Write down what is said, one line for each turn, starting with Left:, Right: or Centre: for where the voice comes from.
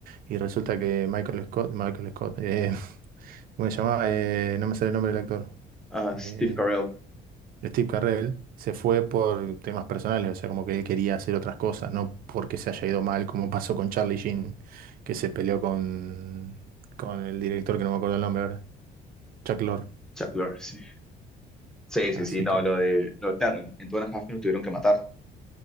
Right: y resulta que Michael Scott, Michael Scott, eh, <laughs> ¿cómo se llamaba? Eh, no me sale el nombre del actor.
Centre: Ah,
Right: Eh,
Centre: Steve Carell,
Right: Steve Carell se fue por temas personales, o sea, como que él quería hacer otras cosas, no porque se haya ido mal, como pasó con Charlie Sheen, que se peleó con, con el director que no me acuerdo el nombre ahora, Chuck Lorre.
Centre: Chuck Lorre, sí. Sí,
Right: Así
Centre: sí, sí, no,
Right: que
Centre: lo de, lo de claro, en en Two and a Half Men lo tuvieron que matar.